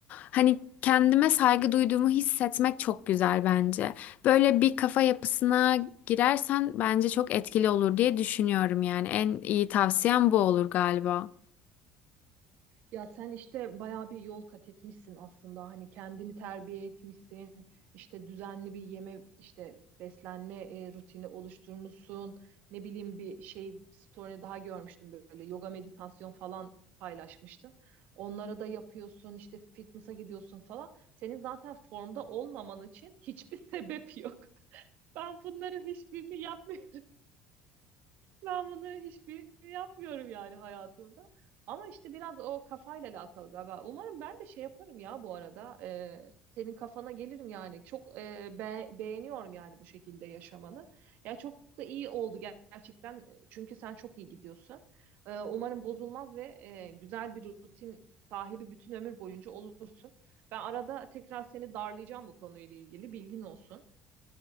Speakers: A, on the left; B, on the right.
A: Hani kendime saygı duyduğumu hissetmek çok güzel bence. Böyle bir kafa yapısına girersen bence çok etkili olur diye düşünüyorum yani. En iyi tavsiyem bu olur galiba.
B: Ya sen işte bayağı bir yol kat etmişsin aslında. Hani kendini terbiye etmişsin. işte düzenli bir yeme, işte beslenme e, rutini oluşturmuşsun. Ne bileyim bir şey story'ni daha görmüştüm böyle yoga meditasyon falan paylaşmıştın. Onlara da yapıyorsun, işte fitness'a gidiyorsun falan. Senin zaten formda olmaman için hiçbir sebep yok. <laughs> Ben bunların hiçbirini yapmıyorum. Ben bunları hiçbirini yapmıyorum yani hayatımda. Ama işte biraz o kafayla alakalı galiba. Umarım ben de şey yaparım ya bu arada. Ee, senin kafana gelirim yani. Çok e, be- beğeniyorum yani bu şekilde yaşamanı. Ya çok da iyi oldu ger- gerçekten. Çünkü sen çok iyi gidiyorsun. Ee, umarım bozulmaz ve e, güzel bir rutin sahibi bütün ömür boyunca olursun. Ben arada tekrar seni darlayacağım bu konuyla ilgili. Bilgin olsun.